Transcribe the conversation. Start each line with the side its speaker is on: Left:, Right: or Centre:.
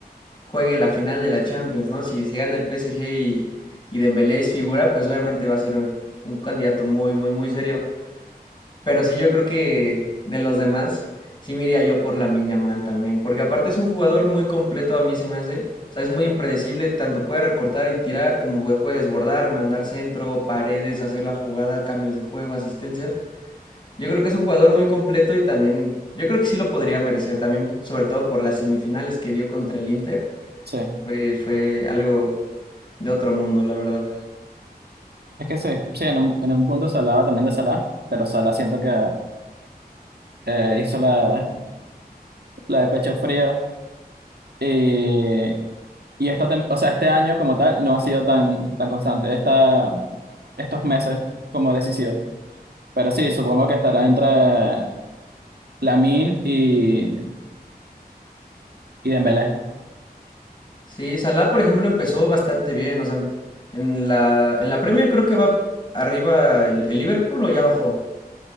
Left: juegue la final de la Champions, ¿no? Si, si gana el PSG y, y Dembélé es figura, pues obviamente va a ser un candidato muy, muy, muy serio. Pero sí, yo creo que de los demás, sí me iría yo por la Mal también. Porque aparte es un jugador muy completo, a mí se me hace. O sea, es muy impredecible, tanto puede recortar y tirar, como pu- puede desbordar, mandar centro, paredes, hacer la jugada, cambios de juego, asistencias. Yo creo que es un jugador muy completo y también, yo creo que sí lo podría merecer, también sobre todo por las semifinales que dio contra el Inter.
Right: Sí,
Left: Fue, fue algo de otro mundo, la verdad.
Right: es que sí, sí, en un, en un punto se hablaba también de Salah, pero Salah siento que eh, hizo la, la de pecho frío y. Y esta, tem- o sea, este año como tal no ha sido tan, tan constante. Esta, estos meses como decisivo. Pero sí, supongo que estará entre Lamine y, y Dembélé.
Left: Sí, Salah, por ejemplo, empezó bastante bien. O sea, en la, en la Premier creo que va arriba el, el Liverpool o ya bajó.